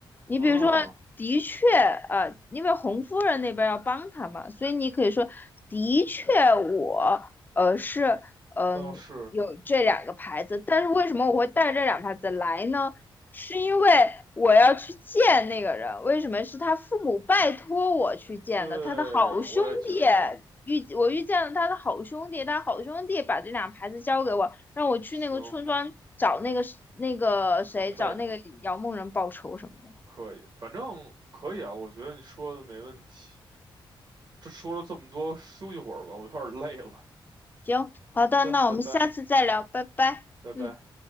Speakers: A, on the left; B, on the right.
A: 你比如说，
B: 啊，
A: 的确，呃，因为红夫人那边要帮他嘛，所以你可以说，的确我，呃，是嗯，
B: 倒是
A: 有这两个牌子。但是为什么我会带这两个牌子来呢？是因为我要去见那个人，为什么是他父母拜托我去见的？
B: 对，
A: 他的好兄弟
B: 我也觉得
A: 遇我遇见了他的好兄弟，他好兄弟把这两牌子交给我，让我去那个村庄找那个那个谁，
B: 行行呗，
A: 找那个姚梦人报仇什么的。
B: 可以，反正可以啊。我觉得你说的没问题。这说了这么多，休息会儿吧，我有点儿累了。
A: 行，
B: 好的，
A: 好的，那我们下次再聊，
B: 拜拜，
A: 拜拜，
B: 拜拜。
A: 嗯。